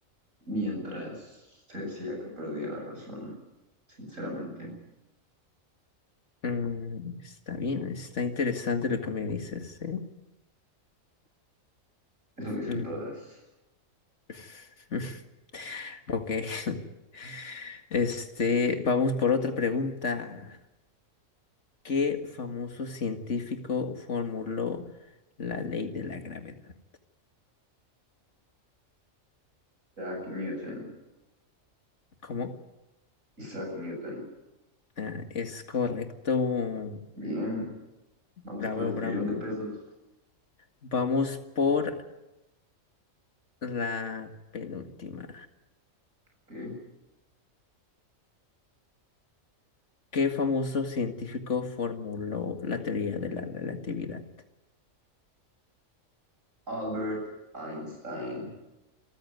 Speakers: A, on the right; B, on the left.
A: mientras se decía que perdía la razón, sinceramente.
B: Mm, está bien, está interesante lo que me dices, ¿eh?
A: Eso dicen
B: Mm.
A: todas.
B: <laughs> Ok. <laughs> Este, vamos por otra pregunta. ¿Qué famoso científico formuló la ley de la gravedad?
A: Isaac Newton,
B: ¿Cómo?
A: Isaac Newton.
B: Ah, es correcto.
A: Bien, vamos
B: Bravo,
A: por el trillón
B: bravo.
A: de pesos,
B: Vamos por la penúltima.
A: ¿ok?
B: ¿Qué famoso científico formuló la teoría de la relatividad?
A: Albert Einstein.